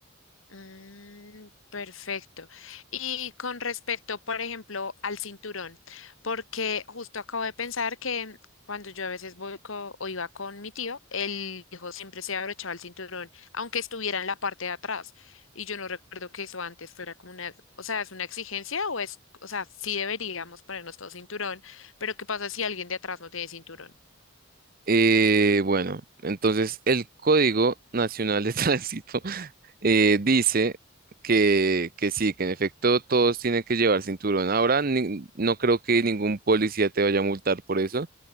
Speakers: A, on the left; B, on the right.
A: Mm, perfecto. Y con respecto, por ejemplo, al cinturón, porque justo acabo de pensar que cuando yo a veces voy co- o iba con mi tío, el hijo siempre se abrochaba el cinturón, aunque estuviera en la parte de atrás. Y yo no recuerdo que eso antes fuera como una, o sea, es una exigencia o es, o sea, sí deberíamos ponernos todo cinturón, pero ¿qué pasa si alguien de atrás no tiene cinturón?
B: Eh, bueno, entonces el Código Nacional de <laughs> Tránsito eh, dice que, que sí, que en efecto todos tienen que llevar cinturón. Ahora ni- no creo que ningún policía te vaya a multar por eso,